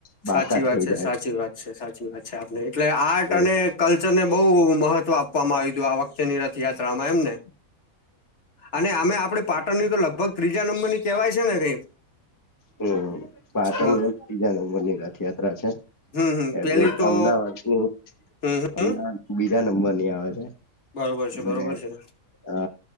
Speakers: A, on the left; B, on the left.
A: બાકાત
B: સાચી વાત
A: થઈ
B: છે,
A: જાય
B: સાચી વાત. અસચ સાચી વાત છે, આપને એટલે
A: છે.
B: આર્ટ અને કલ્ચર ને બઉ મહત્વ આપવામાં આયવુ તું આ વખતેની ર થ યાત્રામાં એમ ને. અને આમે આપડે પાટણની તો લગભગ ત્રીજા નંબર ની કેવાય છે ને કઈ.
A: હમ્મ, પાટણ
B: બઉ
A: ત્રીજા નંબર ની રથયાત્રા છે.
B: હમ હમ
A: એવુજ
B: પેલી તો
A: અમદાવાદની...
B: હમ હમ
A: અમદાવાદ બીજા નંબર ની આવે છે.
B: બરોબર છે, બરોબર
A: અને
B: છે.
A: અ